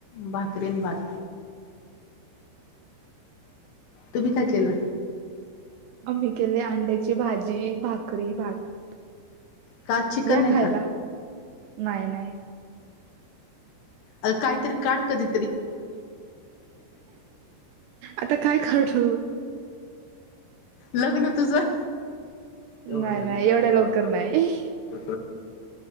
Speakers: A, on the left; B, on the right.
A: भाकरी अन भात तुम्ही काय केलं?
B: आम्ही केलीये अंड्याची भाजी, भाकरी, भात.
A: का आज चिकन
B: या
A: नाही
B: खायला,
A: का?
B: नाही नाही.
A: अ काहीतरी काढ कधी
B: आता काय काढू?
A: लग्न तुझं. तेवढं
B: नाही
A: लगेच
B: नाही,
A: लग्न
B: एवढ्या
A: काढायचं
B: लवकर नाही.
A: <unintelligible>